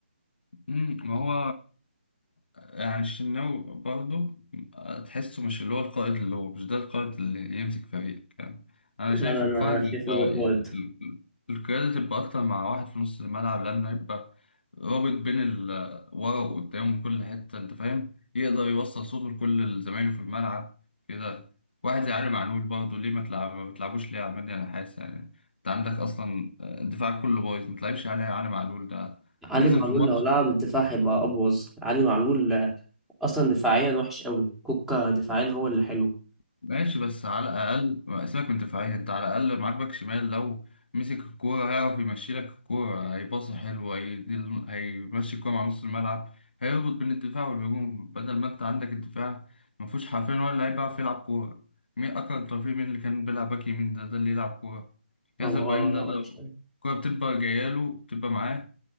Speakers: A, on the left (about 60°); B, in the centre.
A: مم، ما هو يعني الشناوي برضه آه، تحسه مش اللي هو القائد اللي هو مش ده القائد اللي يمسك فريق يعني أنا
B: لا،
A: شايف
B: انا
A: القائد
B: أنا شايف
A: يبقى
B: ان هو فوائد
A: ال- ال- القيادة تبقى أكتر مع واحد في نص الملعب لأنه يبقى رابط بين ال- ورا وقدام وكل حتة أنت فاهم يقدر يوصل صوته لكل زمايله في الملعب كده واحد زي علي معلول برضه ليه ما تلعب ما بتلعبوش ليه يا عماد أنا حاسس يعني أنت عندك أصلا الدفاع كله بايظ ما تلعبش علي علي معلول ده
B: علي
A: نزل
B: معلول
A: في ماتش
B: لو لعب الدفاع هيبقى ابوظ علي معلول آه، اصلا دفاعيا وحش قوي كوكا دفاعيا هو اللي حلو
A: ماشي بس على الأقل ما سيبك من دفاعية أنت على الأقل معاك باك شمال لو مسك الكورة هيعرف يمشي لك الكورة هيباص حلو هيدي هيمشي الكورة مع نص الملعب هيربط بين الدفاع والهجوم بدل ما أنت عندك الدفاع ما فيهوش حرفيا ولا لعيب بيعرف يلعب كورة مين أكرم توفيق مين اللي كان بيلعب باك يمين ده ده اللي يلعب كورة ياسر
B: هو
A: إبراهيم
B: اه
A: ده
B: لا وحش
A: لو الكورة بتبقى جاية له بتبقى معاه